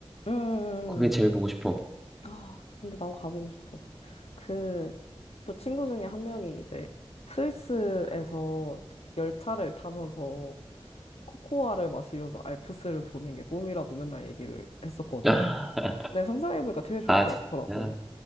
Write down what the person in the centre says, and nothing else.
거기
제일 보고 싶어.
<laughs>
아,
진짜.